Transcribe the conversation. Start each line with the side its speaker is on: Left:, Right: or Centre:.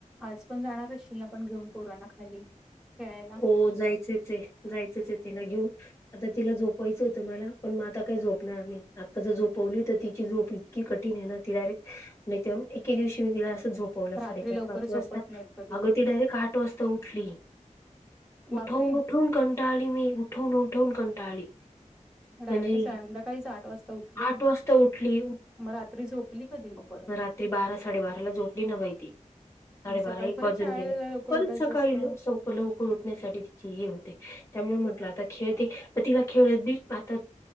Centre: आज पण जाणार असशील ना पण घेऊन पोरांना खाली खेळायला.
Left: हो जायचंचय जायचंचय तिला घेऊन. आता तिला झोपवायचं होतं मला पण मग आता काही झोपणार नाही आता जर झोपवली तर तिची झोप हुई. की कठीण आहे ना ती डायरेक्ट नाही तन एके दिवशी मी तिला असं झोप ऊठवलं
Centre: रात्री
Left: साडेचार
Centre: लवकर
Left: पाच
Centre: झोपत
Left: वाजता
Centre: नाहीत कधी
Left: अगं
Centre: कधी
Left: ती डायरेक्ट आठ वाजता उठली उठवून
Centre: बापरे
Left: उठून कंटाळली मी उठवून उठवून कंटाळली
Centre: मग डायरेक्ट
Left: म्हणजे
Centre: संध्याकाळीच आठ वाजता उठली
Left: आठ वाजता उठली
Centre: मग रात्री झोपली कधी म परत
Left: मग रात्री बारा साडेबाराला झोपली न बाई ती साडेबारा
Centre: मग सकाळी
Left: एक
Centre: परत
Left: वाजून
Centre: शाळेला
Left: गेलं
Centre: लवकर
Left: परत
Centre: उठायचं
Left: सकाळी
Centre: असतं
Left: लो सो प लवकर उठण्यासाठी तिचे हे होते त्यामुळे म्हंटलं आता खेळते प तिला खेळत बी आता